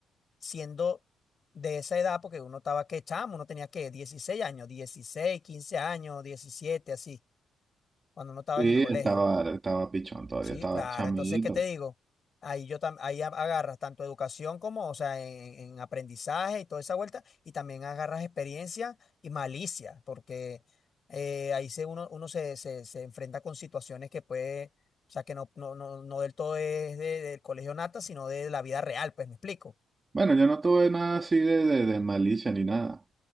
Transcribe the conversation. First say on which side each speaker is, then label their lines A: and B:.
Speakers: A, on the left; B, on the right.
A: siendo de esa edad, porque uno estaba que chamo, uno tenía que 16 años, 16 15 años, 17 así, cuando uno estaba
B: Sí,
A: en el colegio.
B: estaba, estaba pichón todavía,
A: Sí,
B: estaba
A: claro.
B: chamito.
A: Entonces, ¿qué te digo? Ahí yo tam- ahí a- agarras tanto educación como, o sea, en, en aprendizaje y toda esa vuelta, y también agarras experiencia y malicia, porque eh, ahí se uno, uno se, se, se enfrenta con situaciones que puede, o sea, que no, no, no, no del todo es de- del colegio nata, sino de la vida real, pues me explico.
B: Bueno, yo no tuve nada así de, de, de malicia ni nada.